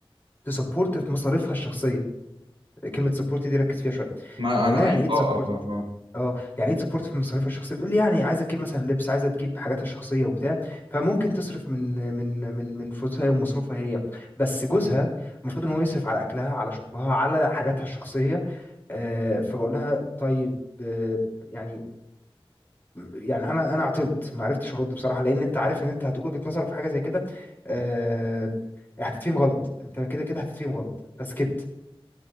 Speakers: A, on the left; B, on the right.
A: تسبورت في مصاريفها الشخصية كلمة سبورت دي ركز فيها شوية
B: ما
A: فبقول
B: انا
A: لها يعني
B: ايوه
A: ايه تسبورت
B: آه، آه، آه. آه.
A: اه يعني ايه تسبورت في مصاريفها الشخصيه بتقول لي يعني عايزه تجيب مثلا لبس عايزه تجيب حاجاتها الشخصيه وبتاع فممكن تصرف من من من من فلوسها هي ومصروفها هي بس جوزها المفروض ان هو يصرف على اكلها على شربها على حاجاتها الشخصيه آه فبقول لها طيب آه يعني يعني انا انا عطلت ما عرفتش ارد بصراحه لان انت عارف ان انت هتقول وجهه نظرك في حاجه زي كده آه هتتفهم غلط انت كده كده هتتفهم غلط فسكت